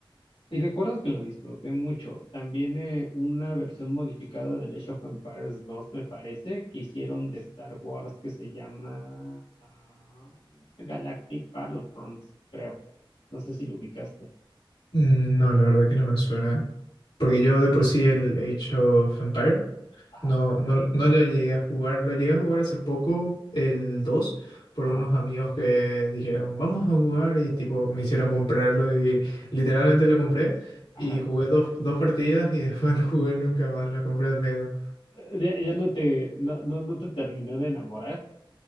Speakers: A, on the left (about 80°); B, on the left (about 65°).
A: Y recuerdo que lo disfruté mucho. También eh, una versión modificada del Age of Empires 2, me parece, que hicieron de Star Wars que se llama ah, Galactic Battlefronts, creo. No sé si lo ubicaste.
B: Mm, No, la verdad que no me suena, porque yo de por sí el Age of Empire
A: Ajá,
B: No, no, no lo llegué a jugar. Lo llegué a jugar hace poco, el 2 por
A: ajá,
B: unos amigos que dijeron, vamos a jugar y tipo me hicieron comprarlo y literalmente lo compré
A: ajá.
B: y jugué dos, dos partidas y después <laughs> no jugué nunca más, lo compré al pedo.
A: Eh, Ya, ya no te, no, no, no te terminó de enamorar.